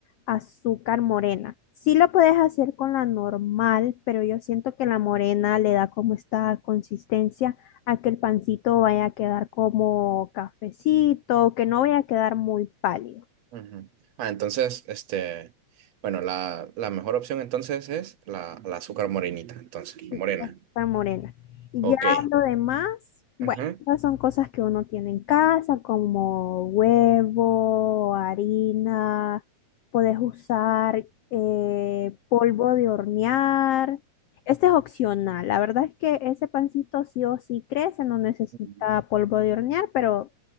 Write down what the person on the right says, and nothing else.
Ujú. Ah, entonces, este, bueno, la, la mejor opción entonces es la, la azúcar morenita, entonces, la
morena.
Ok.
Ujú.
Ujú,